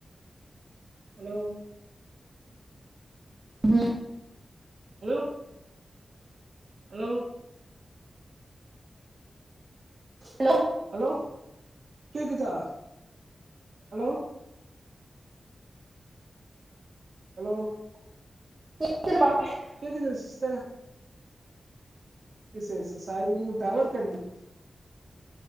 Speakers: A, on the right; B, on the right.
A: ஹலோ
B: ம்
A: ஹலோ ஹலோ
B: ஹலோ
A: ஹலோ கேக்குதா ஹலோ ஹலோ
B: இது வா <inaudible>
A: கேக்குதா சிஸ்டர் யெஸ் யெஸ் சாரி நீங்க கொஞ்சம் டவர் பிராப்ளம்